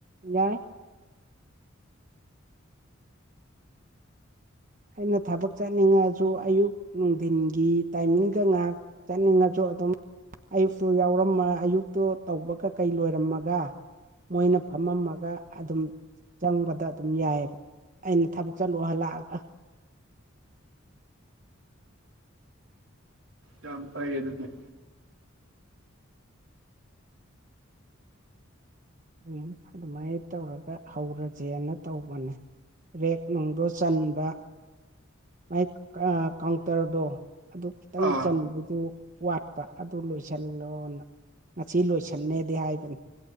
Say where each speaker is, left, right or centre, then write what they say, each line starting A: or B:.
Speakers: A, on the right; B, on the right.
A: ꯌꯥꯏ꯫ ꯑꯩꯅ ꯊꯕꯛ ꯆꯠꯅꯤꯡꯉꯁꯨ ꯑꯌꯨꯛ ꯅꯨꯡꯊꯤꯟꯒꯤ ꯇꯥꯏꯃꯤꯡꯒ ꯉꯥꯏꯍꯥꯛ ꯆꯅꯤꯡꯉꯆꯖꯨ ꯑꯗꯨꯝ, ꯑꯌꯨꯛꯇꯨ ꯌꯥꯎꯔꯝꯃ ꯑꯌꯨꯛꯇꯨ ꯇꯧꯕ ꯀꯩ-ꯀꯩ ꯂꯣꯏꯔꯝꯃꯒ꯫ ꯃꯣꯏꯅ ꯐꯝꯃꯝꯃꯒ ꯑꯗꯨꯝ ꯆꯪꯕꯗ ꯑꯗꯨꯝ ꯌꯥꯏꯌꯦꯕ꯫ ꯑꯩꯅ ꯊꯕꯛ ꯆꯠꯂꯣ ꯍꯜꯂꯥꯛꯑꯒ꯫
B: ꯌꯥꯝ ꯐꯩ ꯑꯗꯨꯗꯤ꯫
A: ꯑꯝ ꯑꯗꯨꯃꯥꯏꯅ ꯇꯧꯔꯒ ꯍꯧꯔꯁꯦꯅ ꯇꯧꯕꯅꯦ꯫ ꯔꯦꯛ ꯅꯨꯡꯗꯣ ꯆꯟꯕ ꯃꯥꯏ ꯑꯥ ꯀꯥꯎꯟꯇꯔꯗꯣ꯫ ꯑꯗꯨ ꯈꯤꯇꯪ
B: ꯑꯥ
A: ꯆꯟꯕꯗꯨ, ꯋꯥꯠꯄ ꯑꯗꯨ ꯂꯣꯏꯁꯤꯜꯂꯣꯅ ꯉꯁꯤ ꯂꯣꯏꯁꯤꯟꯅꯦꯗꯤ ꯍꯥꯏꯕꯅꯤ꯫